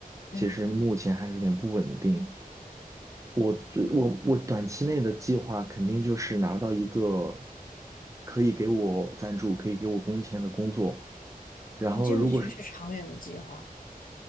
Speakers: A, on the left; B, on the right.
A: 嗯，
B: 其实目前还是有点不稳定。我最我我短期内的计划肯定就是拿到一个可以给我赞助、可以给我工钱的工作，然后如果嗯是
A: 你这个其实是长远的计划，